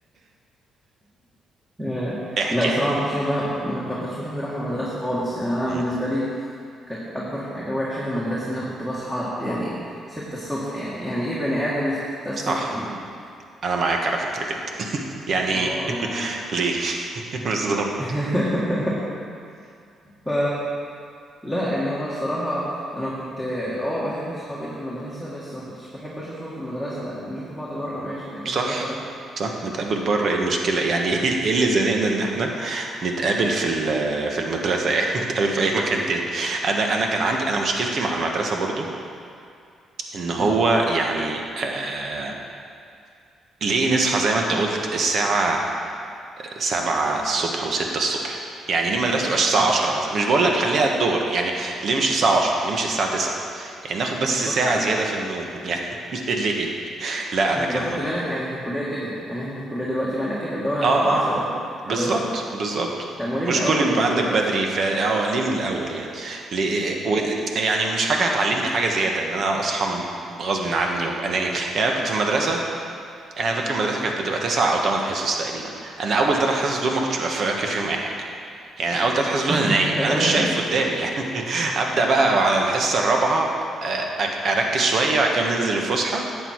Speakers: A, in the centre; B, on the right (about 55°).
A: آه،
B: احكي
A: لا صراحه
B: احكي
A: ما كنتش بحب ما ما كنتش بحب اروح المدرسه خالص يعني انا
B: مم.
A: بالنسبه لي كانت اكبر حاجه وحشه في المدرسه ان انا كنت بصحى يعني 6 الصبح يعني يعني ايه بني ادم يصحى 6 الصبح
B: صح
A: دي
B: انا معاك على فكرة جدا <laughs> يعني ايه
A: اه يعني
B: <laughs> ليه <laughs> بالظبط
A: <laughs> ف لا يعني هو الصراحه انا كنت اه بحب اصحابي اللي في المدرسه بس ما كنتش بحب اشوفهم في المدرسه يعني نشوف بعض بره ماشي لكن
B: صح
A: المدرسه لا
B: صح نتقابل بره ايه المشكلة يعني <laughs> ايه إيه اللي زنقنا ان احنا نتقابل في ال- في المدرسة يعني <laughs> نتقابل في اي مكان تاني انا انا كان عندي انا مشكلتي مع المدرسة برضو ان هو
A: <laughs>
B: يعني آه ليه نصحى زي ما انت قلت الساعة سبعة الصبح وستة الصبح يعني ليه المدرسة تبقاش الساعة
A: آه
B: 10 مثلا مش بقول لك خليها الظهر يعني ليه مش الساعة 10 ليه مش الساعة 9 يعني ناخد بس
A: بالظبط
B: ساعة
A: والله
B: زيادة في النوم يعني <laughs> ليه لا انا
A: انت
B: كان
A: لو خدت بالك يعني في الكليه كده يعني احنا في الكليه دلوقتي بقى انا كده اللي هو
B: اه
A: 10
B: اه اه
A: 11
B: بالظبط بالظبط
A: طب
B: ومش
A: وليه من الاول
B: كل يوم يبقى
A: بقى
B: عندك
A: كده
B: بدري
A: اصلا
B: ف اه ليه من الاول يعني ليه و... يعني مش حاجه هتعلمني حاجه زياده ان انا اصحى من- غصب عني وابقى نايم يعني انا كنت في المدرسه انا فاكر المدرسه كانت بتبقى تسع او ثمان حصص تقريبا انا اول ثلاث حصص دول
A: اه
B: ما كنتش ببقى فاكر فيهم اي حاجه يعني اول ثلاث حصص دول
A: <laughs>
B: انا نايم انا مش شايف قدامي يعني <laughs> ابدا بقى على الحصه الرابعه آه، أج- اركز شويه وبعد كده بننزل الفسحه